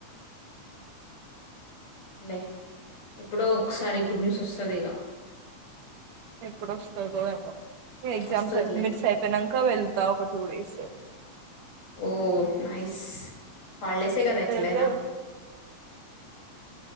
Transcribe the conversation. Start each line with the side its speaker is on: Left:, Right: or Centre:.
Left: లే ఎప్పుడో ఒకసారి గుడ్ న్యూస్ వస్తదిగ
Right: ఎప్పుడోస్తదో ఏమో ఎగ్జామ్స్
Left: వస్తదిలే
Right: మిడ్స్ అయిపోయినంక వెళ్తా ఒక టూ డేస్
Left: ఓ నైస్ హాలిడేసే కద
Right: ఇప్పుడు
Left: ఎట్లైనా
Right: వెళ్తే